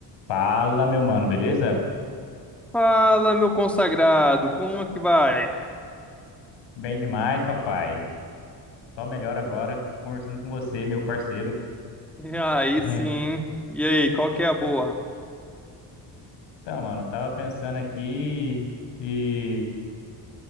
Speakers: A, on the left; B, in the centre.
A: Fala, meu mano, beleza?
B: Fala, meu consagrado, como é que vai?
A: Bem demais, papai. Só melhor agora conversando com você, meu parceiro.
B: E Aí
A: <laughs>
B: sim. E aí, qual que é a boa?
A: Então, mano, tava pensando aqui e